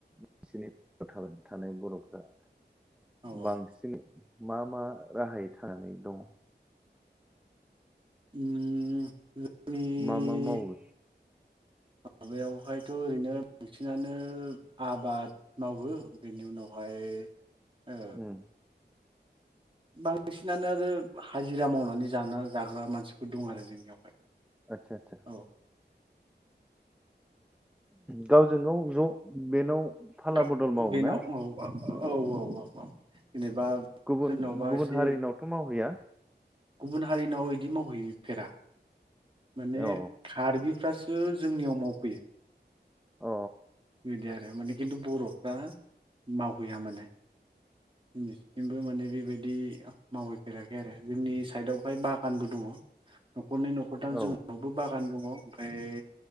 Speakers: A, in the centre; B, on the right.
A: बिसिनि <inaudible> थानाय बर'फ्रा।
B: औ
A: बांसिनै
B: औ
A: मा मा राहायै थानानै दङ?
B: उम जोंनि
A: मा मा मावो?
B: माबायावहायथ' ओरैनो बांसिनानो आबाद मावो बेनि उनावहाय ओ
A: उम
B: बांसिनानो आरो हाजिरा मावनानै जाना जाग्रा मानसिफोर दं आरो जोंनियावहाय।
A: आतसा आतसा
B: औ
A: गावजों गाव ज' बेनाव फाला
B: गा
A: बदल मावो
B: बेनाव
A: ना?
B: औ औ औ औ जेनेबा
A: गुबुन
B: सोरनावबा
A: गुबुन
B: एसे
A: हारिनावथ' मावहैया?
B: गुबुन हारिनाव इदि मावहैफेरा माने
A: औ
B: कार्बिफ्रासो जोंनियाव मावफैयो।
A: अ।
B: बिदि आरो माने खिन्थु बर'फ्रा मावहैया माने। दिनैसिमबो माने बेबायदि मावहैफेराखै आरो जोंनि साइडआवहाय बागानबो दङ। न'खरनै न'खर थाम
A: औ
B: जोंनावबो बागान दङ ओमफ्राय